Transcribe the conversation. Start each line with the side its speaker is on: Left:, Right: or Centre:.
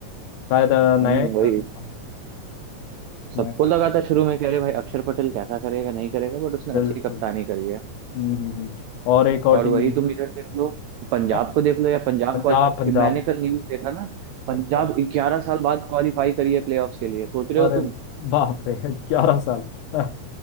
Left: शायद अ, नया
Right: हम्म
Left: ही
Right: वही
Left: हाँ,
Right: सबको
Left: नया captain,
Right: लगा था शुरू में कि अरे भाई अक्षर पटेल कैसा करेगा नहीं करेगा बट उसने
Left: बिल्कुल
Right: अच्छी कप्तानी करी है
Left: हम्म हम्म, हम्म। और एक और
Right: और
Left: टीम
Right: वही तुम इधर देख लो पंजाब
Left: है
Right: को देख लो या पंजाब
Left: पंजाब
Right: को आज-
Left: पंजाब
Right: मैंने कल न्यूज देखा ना पंजाब
Left: अच्छा
Right: ग्यारह साल बाद क्वालिफाई करी है प्लेऑफ्स के लिए सोच रहे
Left: अरे
Right: हो तुम
Left: बाप रे ग्यारह साल <laughs>